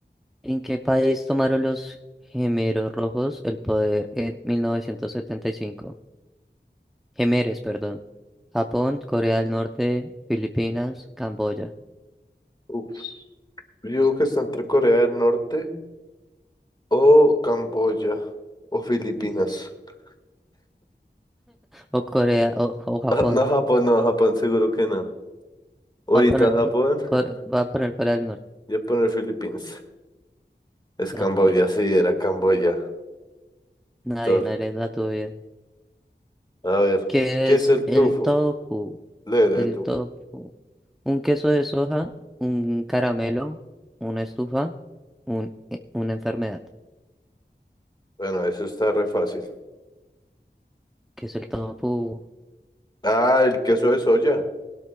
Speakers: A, in the centre; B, on the left.
A: ¿en qué país tomaron los gemeros rojos el poder en 1975? Gemeres, perdón. Japón, Corea del Norte, Filipinas, Camboya.
B: Uf, Yo digo que está entre Corea del Norte o Camboya o Filipinas. <laughs>
A: O Corea, o, o Japón.
B: Ah, No, Japón, no, Japón, seguro que no. Ahorita
A: Va a poner,
B: Japón,
A: no,
B: <laughs>
A: Core- va a poner Corea del Norte,
B: ya poner Filipinas. Es
A: Camboya.
B: Camboya, sí, era Camboya.
A: Nadie,
B: Entonces,
A: nadie le da tu bien.
B: a ver,
A: ¿Qué
B: ¿qué
A: es
B: es el tufo?
A: el tofu?
B: Léele
A: El
B: tú.
A: tofu. Un queso de soja, un caramelo, una estufa, un, e- una enfermedad,
B: Bueno, eso está re fácil.
A: que es el tofu.
B: Ah, el queso de soya.